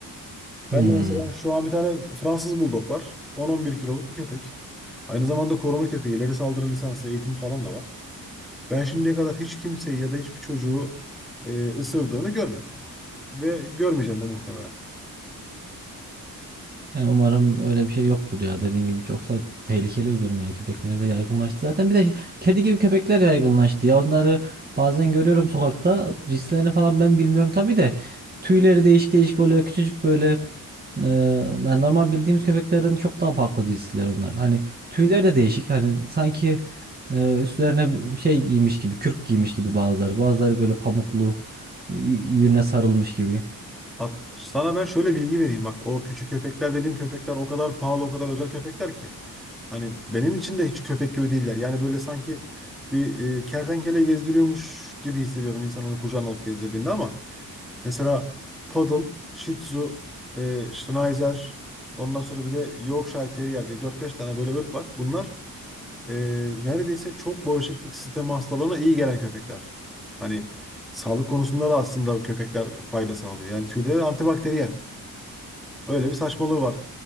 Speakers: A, in the centre; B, on the right.
A: Ben
B: Hmm.
A: de mesela şu an bir tane Fransız Bulldog var. 10-11 kiloluk bir köpek. Aynı zamanda koruma köpeği. ileri saldırı lisansı, eğitim falan da var. Ben şimdiye kadar hiç kimseyi ya da hiçbir çocuğu e, ısırdığını görmedim. Ve görmeyeceğim de muhtemelen.
B: Yani umarım öyle bir şey yoktur ya. Dediğin gibi çoksa tehlikeli bir durum yani. Köpekler de yaygınlaştı. Zaten bir de kedi gibi köpekler yaygınlaştı ya. Onları bazen görüyorum sokakta. Cinslerini falan ben bilmiyorum tabii de. Tüyleri değişik değişik oluyor. Küçücük böyle e, yani normal bildiğimiz köpeklerden çok daha farklı cinsler onlar. Hani tüyler de değişik. Hani sanki e, üstlerine şey giymiş gibi, kürk giymiş gibi bazıları. Bazıları böyle pamuklu y- yüne sarılmış gibi.
A: At, sana ben şöyle bilgi vereyim bak. O küçük köpekler dediğin köpekler o kadar pahalı, o kadar özel köpekler ki. Hani benim için de hiç köpek gibi değiller. Yani böyle sanki bir e, kertenkele gezdiriyormuş gibi hissediyorum insan onu kucağına alıp gezdirdiğinde ama mesela Poodle, Shih Tzu, e, Schnauzer, ondan sonra bir de Yorkshire Terrier diye dört beş tane böyle ırk var. Bunlar e, neredeyse çok bağışıklık sistemi hastalığına iyi gelen köpekler. Hani sağlık konusunda da aslında köpekler fayda sağlıyor. Yani tüyleri antibakteriyel. Öyle bir saçmalığı var